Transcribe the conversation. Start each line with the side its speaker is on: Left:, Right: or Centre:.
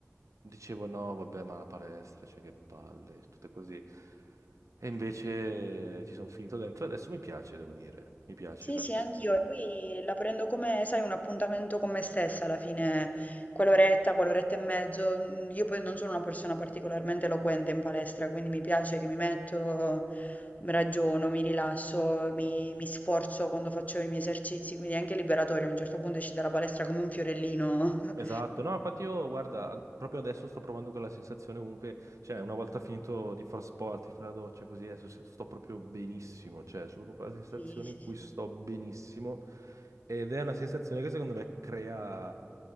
Right: dicevo no, vabbè, ma la palestra, cioè che palle, tutte così. E invece ci sono finito dentro e adesso mi piace, devo dire, mi piace
Left: Sì,
Right: perché...
Left: sì, anch'io. E poi la prendo come, sai, un appuntamento con me stessa alla fine, quell'oretta, quell'oretta e mezzo. Mm, Io poi non sono una persona particolarmente eloquente in palestra, quindi mi piace che mi metto, mi ragiono, mi rilasso, mi, mi sforzo quando faccio i miei esercizi, quindi è anche liberatorio. A un certo punto esci dalla palestra come un fiorellino. <laughs>
Right: Esatto, no, infatti io guarda, a- proprio adesso sto provando quella sensazione comunque, cioè una volta finito di far sport, di fare la doccia così, adesso se- sto proprio benissimo, cioè c'è proprio quella sensazione
Left: Sì, sì,
Right: in cui
Left: sì,
Right: sto benissimo ed è una sensazione che secondo me crea,